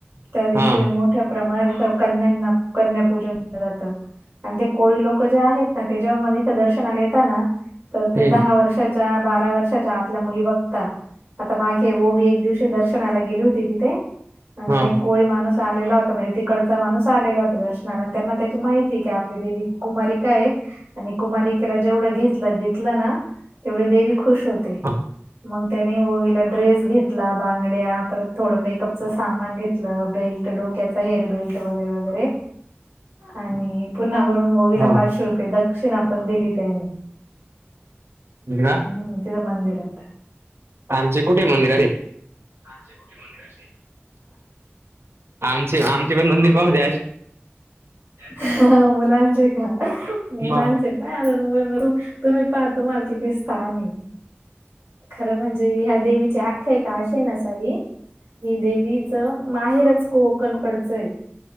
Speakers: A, on the right (about 50°); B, on the right (about 65°).
A: त्या दिवशी
B: हा.
A: मो ठ्या प्रमाणात इथ कन्यांना कन्या पूजन केलं जातं. आणि ते कोळी लोक जे आहेत ना ते जेव्हा म इथं दर्शनाला येताना तर ते
B: हम्म.
A: दहा वर्षाच्या बारा वर्षाच्या आतल्या मुली बघता आता मागे ओवी एक दिवशी दर्शनाला गेली होती तिथे आणि
B: हा.
A: एक कोळी माणूस आलेला होत म्हणजे तिकडचा माणूस आलेला होता दर्शनाला आणि त्यांना त्याची माहिती की आपली देवी कुमारी का आहे. आणि कुमारिकेला जेवढं घेतलं देतलं ना तेवढी देवी खुश होते
B: हा.
A: मग त्यानी ओवी ला ड्रेस घेतला बांगड्या परत थोड मेकअपच सामान घेतलं बेल्ट डोक्याचा हेअर बेल्ट वगैरे वगैरे आणि पुन्हा वरून ओवीला
B: हा.
A: पाचशे रुपये दक्षिणा पण दिली त्यानी.
B: <unintelligible>
A: हम् तिथं मंदिरात.
B: आमचे कुठे मंदिर <unintelligible>
A: आमचे कुठे मंदिर अशे?
B: आमचे आमचे पण मंदिर पाहुद्या.
A: मुलांचे का मुलांचे.
B: मग
A: नाही आता तुम्ही तर मालकीचे स्थान आहे खरं म्हणजे ज ह्या देवीची आख्यायिका अशी ये ना साई हि देवीच माहेरच कोकण कडचं आहे.